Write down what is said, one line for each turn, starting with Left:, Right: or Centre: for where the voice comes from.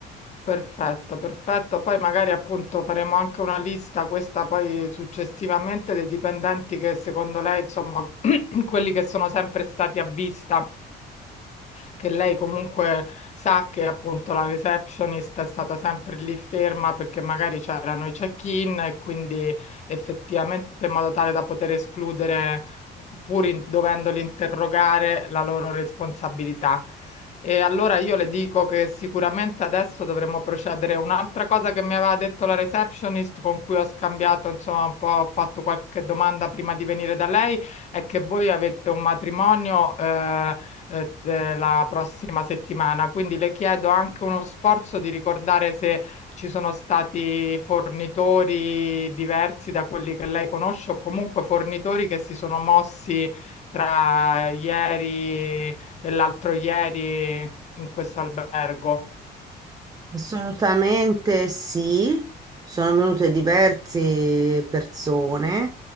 Left: perfetto, perfetto. Poi magari appunto faremo anche una lista, questa poi successivamente, dei dipendenti che secondo lei, insomma, <clears throat> quelli che sono sempre stati a vista che lei comunque sa che appunto la receptionist è stata sempre lì ferma perché magari c'erano i check-in e quindi effettivamente in modo tale da poter escludere, pur in- dovendoli interrogare, la loro responsabilità. E allora io le dico che sicuramente adesso dovremmo procedere. Un'altra cosa che mi aveva detto la receptionist, con cui ho scambiato, insomma, un po', ho fatto qualche domanda prima di venire da lei, è che voi avete un matrimonio, eh, eh, eh, la prossima settimana. Quindi le chiedo anche uno sforzo di ricordare se ci sono stati fornitori diversi da quelli che lei conosce o comunque fornitori che si sono mossi tra ieri e l'altro ieri in questo albergo.
Right: Assolutamente sì, sono venute diverse persone